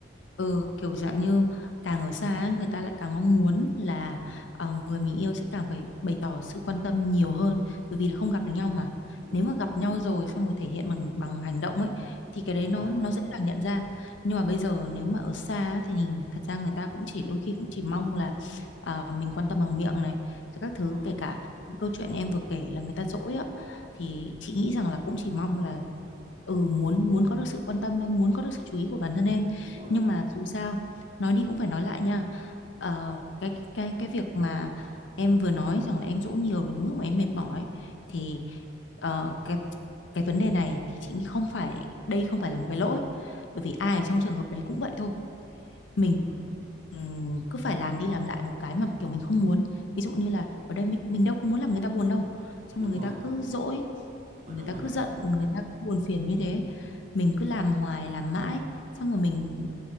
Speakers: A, on the left (about 80°); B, on the right (about 40°).
A: Ừ, kiểu dạng như càng ở xa ấy, người ta lại càng mong muốn là ờ, người mình yêu sẽ càng phải bày tỏ sự quan tâm nhiều hơn bởi vì là không gặp được nhau mà
B: đúng
A: nếu mà
B: rồi
A: gặp nhau rồi xong rồi thể hiện bằng bằng hành động ấy thì cái đấy
B: đúng
A: nó
B: rồi
A: nó dễ dàng nhận ra nhưng mà bây giờ nếu mà ở xa á, thì thật ra người ta cũng chỉ đôi khi cũng chỉ mong là ờ, mình quan tâm bằng miệng này rồi các thứ
B: đúng rồi
A: kể cả những câu chuyện em vừa kể là người ta dỗi á thì chị nghĩ rằng là cũng chỉ mong là ừ muốn muốn có được sự quan tâm thôi muốn có được sự chú ý của bản thân em
B: đúng rồi
A: nhưng mà dù
B: Đấy.
A: sao nói đi cũng phải nói lại nha Ờ, cái cái cái việc mà em vừa nói rằng là em dỗ nhiều đến cái mức mà em mệt mỏi ấy, thì ờ, cái cái vấn đề này thì chị nghĩ không phải đây không phải là một cái lỗi bởi vì ai ở trong trường hợp đấy cũng vậy thôi mình
B: ừ.
A: ừm, cứ phải làm đi làm lại một cái mà kiểu mình không muốn ví dụ như là ở đây mình mình đâu có muốn làm người ta buồn đâu xong
B: đúng
A: rồi người
B: rồi
A: ta cứ dỗi
B: ờ
A: người
B: đúng
A: ta
B: rồi
A: cứ
B: đấy
A: giận người ta cứ buồn phiền như thế mình cứ làm hoài làm mãi xong rồi mình